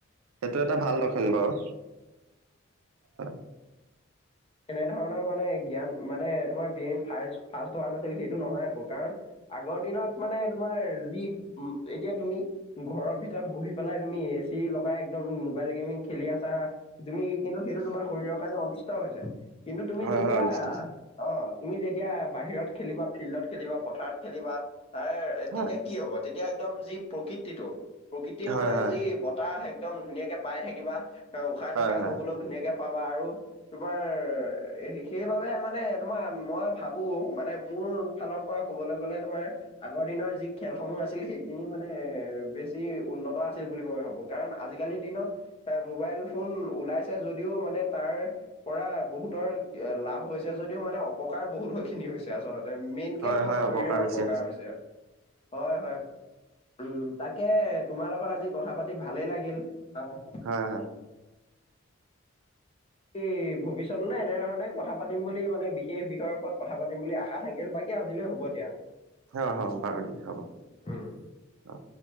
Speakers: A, on the right; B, on the left.
A: সেইটো এটা ভাল লক্ষণ বাৰু। হয়।
B: কেনেধৰণৰ মানে জ্ঞান মানে তোমাৰ ব্ৰেইন ফাৰষ্ট ফাষ্ট হোৱা নাছিল, সেইটো নহয় আকৌ কাৰণ আগৰদিনত মানে তোমাৰ যি উম, এতিয়া তুমি ঘৰৰ ভিতৰত বহি পেলাই তুমি এ চি লগাই একদম মোবাইল গেমিং খেলি আছ ছা তুমি কিন্তু সেইটো তোমাৰ শৰীৰৰ কাৰণে অনিষ্ট হৈছে, কিন্তু তুমি
A: হয়
B: যেতিয়া
A: হয় অনিষ্ট আছে
B: অ', তুমি যেতিয়া বাহিৰত খেলিবা, ফিল্ডত খেলিবা, পথাৰত খেলিবা, তাৰ তেতিয়া
A: হয়
B: কি হ'ব তেতিয়া একদম যি প্ৰকৃতিটো প্ৰকৃতিৰ
A: হয়
B: মানে
A: হয়
B: যি বতাহ এক দম ধুনীয়াকে পাই থাকিবা উশাহ
A: হয়
B: নিশাহ
A: হয়
B: ল'বলৈও ধুনীয়াকে পাবা আৰু তোমাৰ সেইবাৱে মানে তোমাৰ মই ভাবোঁ মানে মোৰ ফালৰ পৰা ক'বলৈ গ'লে তোমাৰ আগৰদিনৰ যি খেলসমূহ আছিল সেইখিনি মানে বেছি উন্নত আছিল বুলি মই ভাবো কাৰণ আজি আজিকালিৰ দিনত এ মোবাইল ফোন ওলাইছে যদিও মানে তাৰ পৰা বহুতৰ লাভ হৈছে যদিও মানে অপকাৰ বহুতো খিনি হৈছে আচলত মেইনকে
A: হয়
B: তোমাৰ
A: হয়
B: শৰীৰৰ
A: বেছি
B: অপকাৰ হৈছে, হয় হয় উম। তাকে তোমাৰ লগত আজি কথা পাতি ভালেই লাগিল আহ।
A: হয়
B: এই ভৱিষ্যতলৈ এনেধৰণে কথা পাতিম বুলি মানে বিশেষ বিষয়ৰ ওপৰত। কথা পাতিম বুলি আশা থাকিল বাকী আজিলৈ হ'ব দিয়া।
A: অ হ বাৰু দিয়া হ'ব অ।
B: উম।